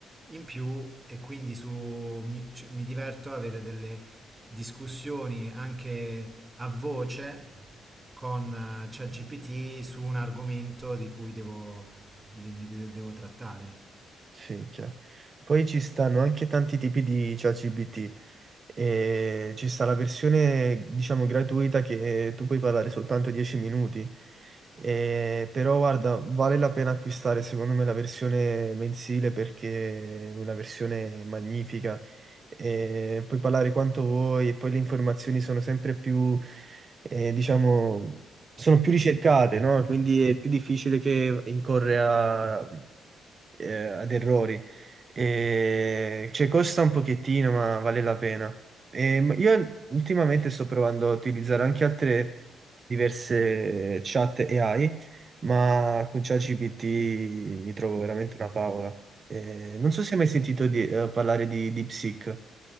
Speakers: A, on the right; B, on the right.
A: in più e quindi su- mi, c- mi diverto ad avere delle discussioni anche a voce con eh, ChatGPT su un argomento di cui devo, di- mi de- devo trattare.
B: sì, minchia. Poi ci stanno anche tanti tipi di ChatGPT. e ci sta la versione, diciamo, gratuita che tu puoi parlare soltanto 10 minuti. Eh, però guarda, vale la pena acquistare secondo me la versione mensile perché è una versione magnifica. Eh, puoi parlare quanto vuoi e poi le informazioni sono sempre più, eh, diciamo, sono più ricercate, no? Quindi è più difficile che incorre a eh, ad errori. E, cioè, costa un pochettino, ma vale la pena. E, ma io ultimamente sto provando a utilizzare anche altre diverse chat AI, ma con ChatGPT mi trovo veramente una favola. E non so se hai mai sentito di- eh, parlare di DeepSeek.